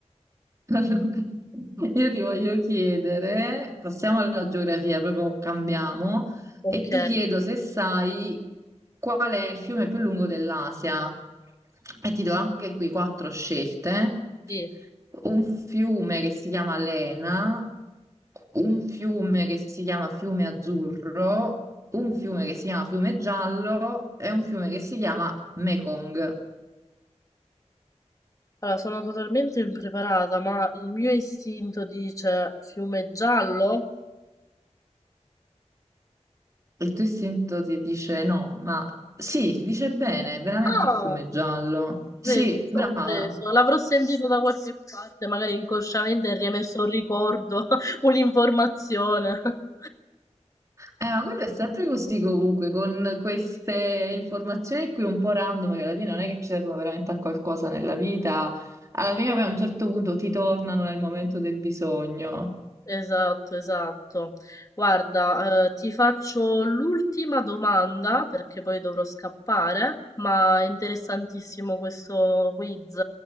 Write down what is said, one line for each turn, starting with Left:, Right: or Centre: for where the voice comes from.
Right: Allora, Io ti voglio chiedere, passiamo alla geografia, proprio cambiamo,
Left: Ok,
Right: e ti chiedo se sai qual è il fiume più lungo dell'Asia. E ti do anche qui quattro scelte.
Left: sì.
Right: Un fiume che si chiama Lena, un fiume che si chiama Fiume Azzurro, un fiume che si chiama Fiume Giallo e un fiume che si chiama Mekong.
Left: Allora, sono totalmente impreparata, ma il mio istinto dice fiume giallo?
Right: Il tuo istinto ti dice no, ma sì, dice bene, veramente
Left: Ah!
Right: il fiume è giallo. Sì,
Left: Vedi, sorpreso.
Right: brava.
Left: L'avrò sentito da qualche parte, magari inconsciamente è riemerso un ricordo, <laughs> un'informazione. <laughs>
Right: Eh, ma quello è sempre così comunque, con queste informazioni qui un po' random, che alla fine non è che ci servono veramente a qualcosa nella vita, alla fine poi a un certo punto ti tornano nel momento del bisogno.
Left: Esatto, esatto. Guarda, eh, ti faccio l'ultima domanda perché poi dovrò scappare, ma è interessantissimo questo quiz.